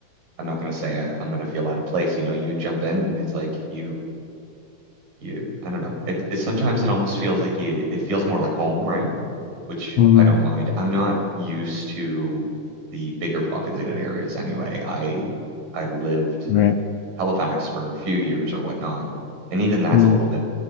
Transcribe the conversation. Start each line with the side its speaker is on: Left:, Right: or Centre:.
Right: I'm not gonna say I, I'm gonna feel out of place. You know, you jump in and it's like you you I don't know. It, it sometimes it almost feels like you it feels more like home, right? Which
Left: mhm,
Right: I don't mind. I'm not used to the bigger populated areas anyway. I I lived
Left: right.
Right: Halifax for a few years or whatnot, and even that's
Left: mm.
Right: a little bit